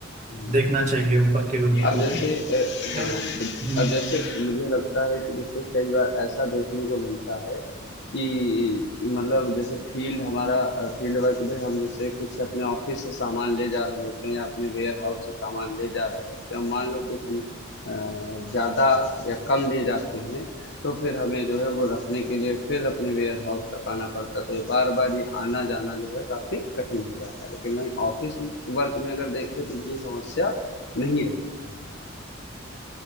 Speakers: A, on the left; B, on the right.
A: हम्म।
B: देखना चाहिए ऊपर के लोगों
A: अब
B: को
A: जैसे
B: भी
A: अ, हाँ
B: लेकिन
A: बिल- अब जैसे मुझे लगता है कि जैसे कई बार ऐसा देखने को मिलता है कि मतलब जैसे फील्ड हमारा फील्ड वर्क में हम जैसे कुछ अपने ऑफिस से सामान ले जा रहे होते हैं या अपने वेयर हाउस से सामान ले जा रहे होते हैं मान लो कुछ हम अ, ज्यादा या कम ले जाते हैं तो फिर हमें जो है वो रखने के लिए फिर अपने वेयर हाउस तक आना पड़ता है तो ये बार बार ये आना जाना जो है काफी कठिन हो जाता है लेकिन वहीं ऑफिस वर्क में अगर देखें तो ये समस्या नहीं रहती